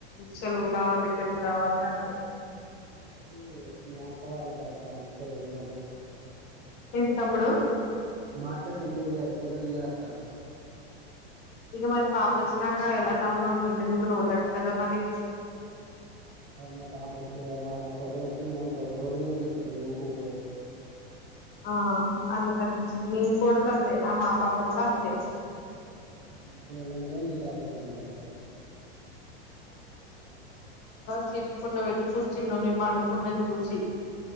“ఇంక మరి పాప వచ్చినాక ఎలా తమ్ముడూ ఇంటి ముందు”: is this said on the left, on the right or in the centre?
Left